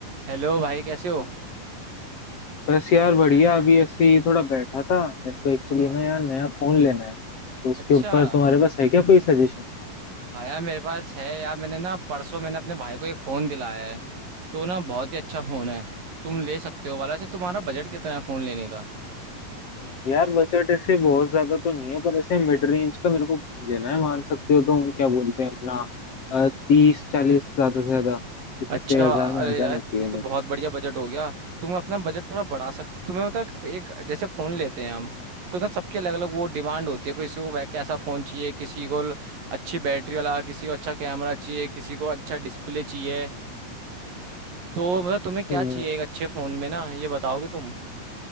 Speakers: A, on the right; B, on the left.
A: Hello भाई कैसे हो
B: बस यार बढ़िया अभी ऐसे ही थोड़ा बैठा था मेरे को एक्चुअली
A: हाँ
B: ना यार नया फोन लेना है तो उसके
A: अच्छा
B: ऊपर तुम्हारे पास है क्या कोई सजेशन
A: हाँ यार मेरे पास है यार मैंने ना परसों मैंने अपने भाई को एक फ़ोन दिलाया है तो ना बहुत ही अच्छा फ़ोन है तुम ले सकते हो वाला से तुम्हारा बजट कितना है फ़ोन लेने का
B: यार बजट ऐसे बहुत ज्यादा तो नहीं है पर ऐसे मिड रेंज का मेरे को लेना है मान सकते हो तुम क्या बोलते हैं अपना तीस चालीस ज्यादा से ज्यादा इतने
A: अच्छा
B: हजार
A: अरे
B: में आ जाना
A: यार
B: चाहिए
A: ये तो बहुत
B: बस
A: बढ़िया बजट हो गया तुम अपना बजट थोड़ा बढ़ा सकते तुम्हें मतलब एक जैसे फोन लेते हैं हम तो ना सबके अलग अलग वो डिमांड होती है किसी को वै- कैसा फोन चाहिए किसी को ल- अच्छी बैटरी वाला किसी को अच्छा कैमरा चाहिए किसी को अच्छा डिस्प्ले चाहिए तो मतलब तुम्हें क्या
B: हम्म
A: चाहिए एक अच्छे फोन में ना ये बताओगे तुम